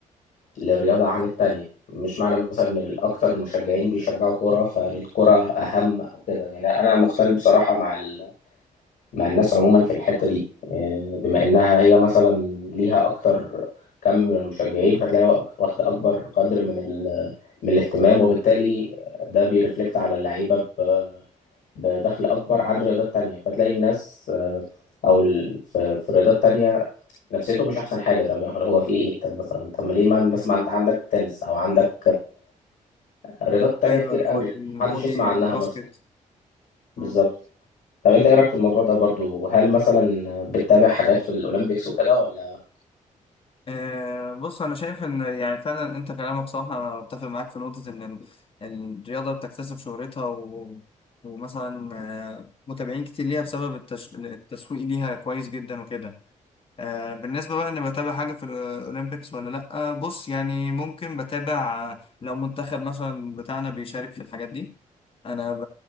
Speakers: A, on the left; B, on the left.
A: للرياضة عن التانية مش معنى مثلا ان الاكتر المشجعين بيشجعوا كورة فالكرة اهم او كده يعني انا مختلف بصراحة مع ال... مع الناس عموما في الحتة دي آه، بما انها هي مثلا ليها اكتر كم من المشجعين فتلاقي واق- واخدة اكبر قدر من ال... من الاهتمام وبالتالي ده بيرفلكت على اللعيبة ب... بدخل اكبر عن رياضات تانية فتلاقي الناس آه، او ال... في... في رياضات تانية نفسيته مش احسن حاجة طب يعني هو في ايه طب مثلا طب ما ليه ما مثلا ما انت عندك تنس او عندك رياضات تانية
B: غير
A: كتير
B: الفو-
A: قوي
B: الفولي
A: محدش يسمع عنها
B: الباسكت
A: مثلا
B: مم.
A: بالظبط طب انت ايه رايك في الموضوع ده برضو وهل مثلا بتتابع حاجات في الاولمبيكس وكده ولا
B: آه، بص انا شايف ان يعني فعلا انت كلامك صح انا بتفق معاك في نقطه ان ال- الرياضه بتكتسب شهرتها و... ومثلا آه، متابعين كتير ليها بسبب التش... التسويق ليها كويس جدا وكده آه، بالنسبه بقى ان بتابع حاجه في الاولمبيكس ولا لا آه، بص يعني ممكن بتابع آه، لو منتخب مثلا بتاعنا بيشارك في الحاجات دي انا ب...